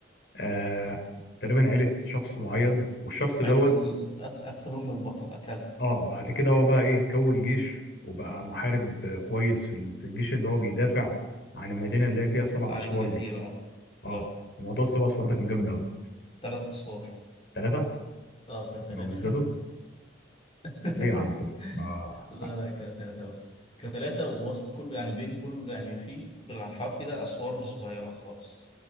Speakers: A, on the left (about 60°); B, on the left (about 30°).
A: آه تقريبا عيلة شخص معين والشخص دوت
B: عيلة ال... أك- أكل أم البطل أكلها
A: اه بعد كده هو بقى ايه كون جيش وبقى محارب آه، كويس في ال- في الجيش اللي هو بيدافع عن المدينة اللي هي فيها سبع
B: عن
A: أسوار
B: الجزيرة
A: دي اه
B: اه اه
A: موضوع السبع أسوار ده كان جامد أوي
B: تلات أسوار
A: ثلاثة
B: اه كان تلاتة
A: ما هم ازدادوا
B: <laughs>
A: ليه يا عم كده اه
B: لا لا كانوا ثلاثة بس كانوا ثلاثة ووسط كل يعني بين كل يعني في في الأحواف كده أسوار صغيرة خالص